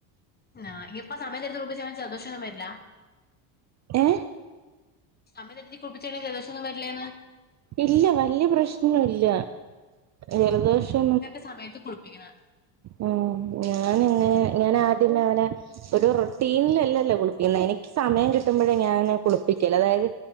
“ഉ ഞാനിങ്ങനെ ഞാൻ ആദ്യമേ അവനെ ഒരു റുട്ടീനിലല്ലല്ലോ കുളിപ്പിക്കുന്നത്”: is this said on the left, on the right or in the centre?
Right